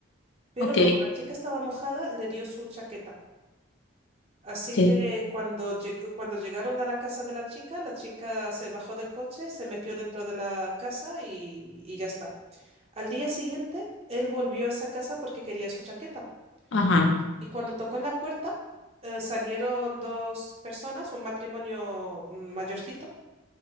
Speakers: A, on the right; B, on the left.
A: Pero
B: ok,
A: como la chica estaba mojada, le dio su chaqueta. Así
B: ok,
A: que cuando, lleg- cuando llegaron a la casa de la chica, la chica se bajó del coche, se metió dentro de la casa y, y ya está. Al día siguiente, él volvió a esa casa porque quería su chaqueta.
B: ajá,
A: Y cuando tocó en la puerta, eh, salieron dos personas, un matrimonio mm, mayorcito,